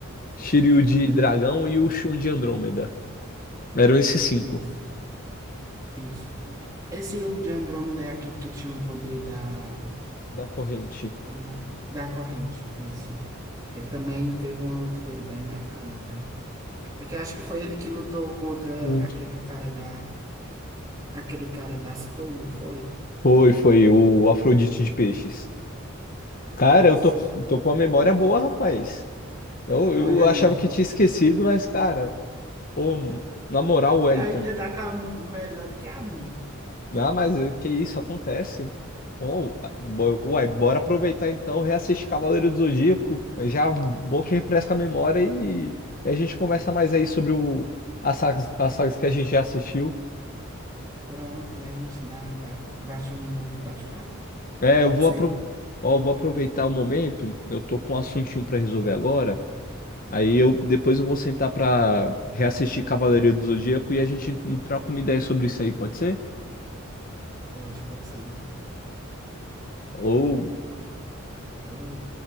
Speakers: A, on the left; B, on the right.
A: Shiryu de Dragão e o Shun de Andrômeda. Eram esses cinco
B: Isso, isso. Esse o de Andrômeda é aquele que tinha um poder da,
A: da corrente.
B: como, é? da corrente, isso. Ele também teve uma luta dele bem bacana, né? É que eu acho que foi ele que lutou contra
A: Hum.
B: aquele cara da, aquele cara das Fro, não foi?
A: Foi, foi o Afrodite de Peixes. Cara,
B: Isso.
A: eu tô, tô com a memória boa, rapaz. Eu,
B: Olha
A: eu
B: aí.
A: achava que tinha esquecido, mas, cara, ô, na moral, Wellington,
B: Ainda tá com a, melhor do que a minha.
A: ah, mas eh, que isso acontece? Ô, bo- uai, bora aproveitar então, reassistir Cavaleiro do Zodíaco, É já bom que refresca a memória e a gente conversa mais aí sobre o, as sagas, as sagas que a gente já assistiu.
B: Pronto, e a gente dá, ba- baixa um novo bate-papo.
A: É,
B: Pode
A: eu vou,
B: ser.
A: apro ó, eu vou aproveitar o momento, eu tô com um assuntinho pra resolver agora. Aí eu depois eu vou sentar pra reassistir Cavaleiro do Zodíaco e a gente troca uma ideia sobre isso aí, pode ser?
B: Pode, pode ser então.
A: Falou!
B: Falou.